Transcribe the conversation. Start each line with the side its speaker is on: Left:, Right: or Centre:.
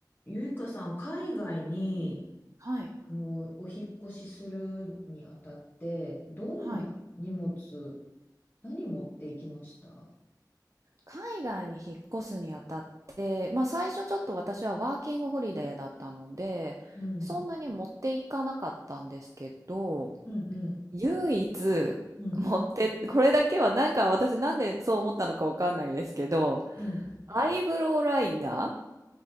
Left: ゆいかさん、海外に、
Right: うんうんはい、
Left: あの、お引っ越しするにあたって、どんな荷物、
Right: はい、
Left: 何持っていきました
Right: 海外に引っ越すにあたって、まあ、最初ちょっと私はワーキングホリデーだったのでそんなに持っていかなかったんですけど
Left: うん、うん、うん、
Right: 唯一持ってこれだけはなんか私なんでそう思ったのかわかんないですけど
Left: うん、うん。
Right: アイブロウライナ